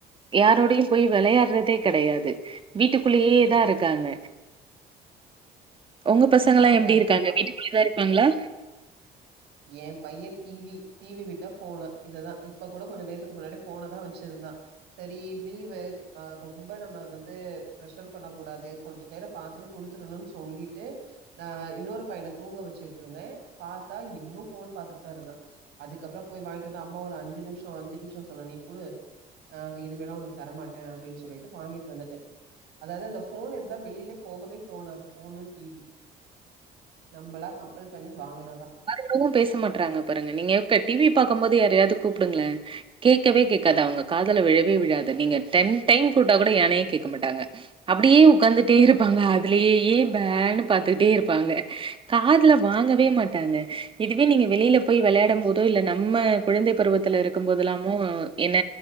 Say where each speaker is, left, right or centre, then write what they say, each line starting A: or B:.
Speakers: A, on the right; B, on the right.
A: யாரோட போயும் போய் விளையாடுறதே கிடையாது வீட்டுக்குள்ளேயே தான் இருக்காங்க உங்க பசங்கலா
B: ஆமா,
A: எப்படி
B: கண்டிப்பா.
A: இருக்காங்க வீட்டுக்குள்ளேதான் இருப்பாங்களா
B: என் பையன் டிவி டிவி விட்டா போனு இததான் இப்ப கூட கொஞ்ச நேரத்துக்கு முன்னாடி போன தான் வச்சிருந்தான் சேரி லீவு ஆஹ் ரொம்ப நம்ம வந்து ப்ரெஷர் பண்ண கூடாது கொஞ்ச நேரோ பாத்துட்டு குடுத்துடணோ சொல்லிட்டு நா ஹ் இன்னொரு பையன தூங்க வச்சுட்டு இருந்தேன் பார்த்தா இன்னும் போன் பாத்துட்டு தான் இருந்தான் அதுக்கப்பற போய் வாங்கிட்டு வந்த அம்மா ஒரு அஞ்சு நிமிஷோ அஞ்சு நிமிஷோ சொன்னா நீ கூடு ஆஹ் இனிமேல்லா உனக்கு தரமாட்டேன் அப்டின்னு சொல்லிட்டு வாங்கிட்டு வந்துட்டேன் அதாவது அந்த போன் இருந்தா வெளியிலயே போகவே தோணாது போன்னு டிவி நம்மளா கம்பல் பண்ணி வாங்குனாதான்
A: ப்பவும் பேச மாட்டாங்க பாருங்க நீங்க டிவி பாக்கும் போது யாரயாவது கூப்டுங்கள கேட்கவே கேட்காது அவங்க காதல விழவே விழாது நீங்க டென் டைம் கூட்டா கூட யானையே கேட்க மாட்டாங்க அப்படியே உட்காந்துட்டே இருப்பாங்க அதுலயே பேன்னு பாத்துட்டே இருப்பாங்க காதுல வாங்கவே மாட்டாங்க இதுவே நீங்க வெளியில போய் விளை யாடும் போதோ இல்ல நம்ம குழந்தை பருவத்துல இருக்கும் போதுல்லாமோ என்ன